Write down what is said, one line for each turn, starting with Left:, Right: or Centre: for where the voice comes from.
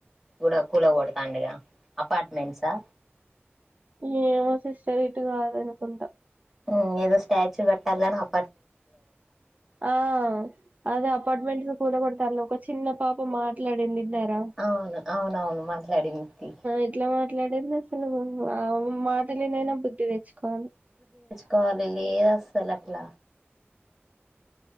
Centre: కూడా కూల కొడతండుగా అపార్ట్మెంట్సా
Right: ఏమో సిస్టర్ ఇటు కాదు అనుకుంటా
Centre: ఊ ఏదో స్టాచు కట్టాలని అప్
Right: ఆ అదే అపార్ట్మెంట్స్ కూడ <unintelligible> ఒక చిన్న పాప మాట్లాడిందిన్నారా
Centre: అవును అవునవును మాట్లాడింది
Right: ఎట్లా మాట్లాడింది అసలు మాటలునైన బుద్ధి తెచ్చుకోవాలి
Centre: కాలేలు ఏ వస్తలు అట్ల